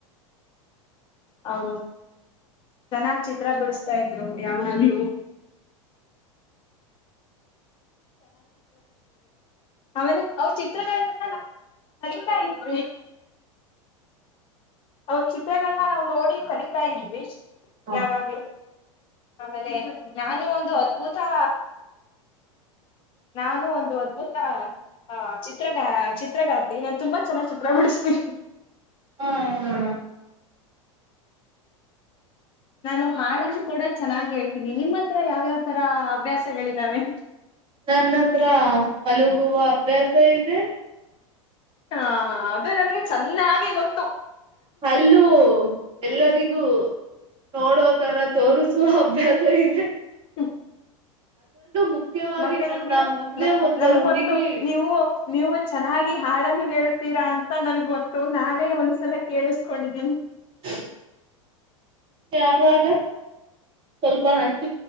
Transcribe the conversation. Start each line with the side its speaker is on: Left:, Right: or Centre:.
Left: ಅವ್ರು ಚೆನ್ನಾಗ್ ಚಿತ್ರ ಬಿಡುಸ್ತಾ ಇದ್ರು ಯಾವಾಗ್ಲು. ಆಮೇಲೆ ಅವ್ರ ಚಿತ್ರಗಳ್ನೆಲ್ಲ ನಮ್ ಕಲಿತಾ ಇದ್ವಿ, ಅವ್ರ್ ಚಿತ್ರಗಳನ್ನ ನಾವ್ ನೋಡಿ ಕಲಿತಾ ಇದ್ವಿ.
Right: ಹ
Left: ಯಾವಾಗ್ಲೂ. ಆಮೇಲೆ ನಾನು ಒಂದು ಅದ್ಭುತಾ ನಾನು ಒಂದು ಅದ್ಭುತ ಆಹ್ ಚಿತ್ರ ಚಿತ್ರಗಾರ್ತಿ ನಾನ್ ತುಂಬಾ ಚೆನ್ನಾಗ್ ಚಿತ್ರ ಬಿಡಿಸ್ತೀನಿ.
Right: ಹ್ಮ್ ಹ್ಮ್
Left: ನಾನು ಹಾಡನ್ನು ಕೂಡ ಚೆನ್ನಾಗ್ ಹೇಳ್ತೀನಿ ನಿಮ್ಮ ಹತ್ರ ಯಾವ್ಯಾವ್ ತರ ಅಭ್ಯಾಸಗಳಿದಾವೆ.
Right: ನನ್ನ ಹತ್ರ ಮಲಗುವ ಅಭ್ಯಾಸ ಇದೆ.
Left: ಹಾ ಅದು ನನಗೆ ಚೆನ್ನಾಗಿ ಗೊತ್ತು.
Right: ಹಲ್ಲೂ ಎಲ್ಲರಿಗೂ ನೋಡೋ ತರ ತೋರಿಸೊ ಅಭ್ಯಾ <unintelligible>
Left: ಹ್
Right: ಮುಖ್ಯವಾಗಿ
Left: ಮತ್ತೆ
Right: ನನ್ನ
Left: ನಿಮ್ಗೆ
Right: ಮುಂದೆ
Left: ನ
Right: ಒಂದು
Left: ನನ್ಗೊತ್ತು
Right: ಹುಡುಗಿ
Left: ನೀವು ನೀವು ಚೆನ್ನಾಗಿ ಹಾಡನ್ನು ಹೇಳುತೀರಾ ಅಂತ ನನ್ಗ್ ಗೊತ್ತು ನಾನೇ ಒಂದ್ಸಲ ಕೇಳಿಸ್ಕೊಂಡಿದ್ದೀನಿ.
Right: <unintelligible> ಯಾವಾಗ ಸ್ವಲ್ಪ ಹಂಚಿ